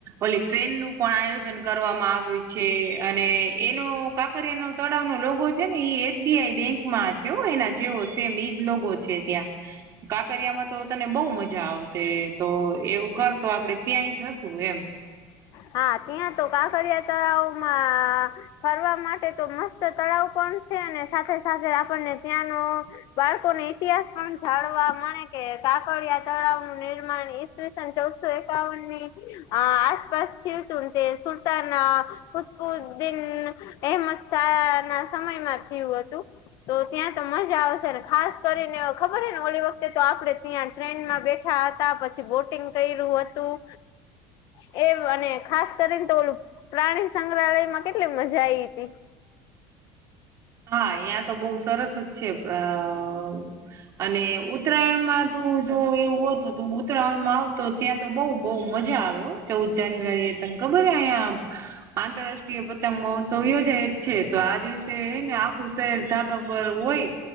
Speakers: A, on the right; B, on the left.
A: ઓલી ટ્રેન નું પણ આયોજન કરવામાં આવ્યું છે અને એનો કાંકરિયા નો તળાવ નો લોગો છે ને ઈ એસ બી આઈ બેંક માં છે હો, એના જેવો સેમ ઈ જ લોગો છે ત્યાં. કાંકરિયામાં તો તને બહુ મજા આવશે. તો એવું કર તો આપડે ત્યાંય જશું એમ.
B: હા. ત્યાં તો કાંકરિયા તળાવમાં ફરવા માટે તો મસ્ત તળાવ પણ છે. અને સાથે-સાથે આપણને ત્યાંનો બાળકોને ઇતિહાસ પણ જાણવા મળે, કે કાંકરિયા તળાવ નું નિર્માણ ઈસવીસન ચૌદસો એકાવન ની આસપાસ થયું તું ને તે સુલતાન અહ કુત્બુદીન અહેમદશાહ ના સમયમાં થયું હતું. તો ત્યાં તો મજા આવશે. ખાસ કરીને ખબર હે ને ઓલી વખતે તો આપણે ત્યાં ટ્રેનમાં બેઠા હતા પછી, બોટિંગ કઈરું હતું એ અને ખાસ કરીન તો ઓલું પ્રાણી સંગ્રહાલય માં કેટલી મજા આઈવી તી.
A: હા યા તો બહુ સરસ જ છે. અહ અને ઉત્તરાયણમાં તું જો એવું હોત તો ઉત્તરાયણમાં આવતો ત્યાં તો બઉ-બઉ મજા આવે હો, ચૌદ જાન્યુઆરીએ <unintelligible> ખબર હે અહીયાં આંતરરાષ્ટ્રીય પતંગ મહોત્સવ યોજાઈ જ છે. તો આ દિવસે ને આખું શહેર ધાબા પર હોય.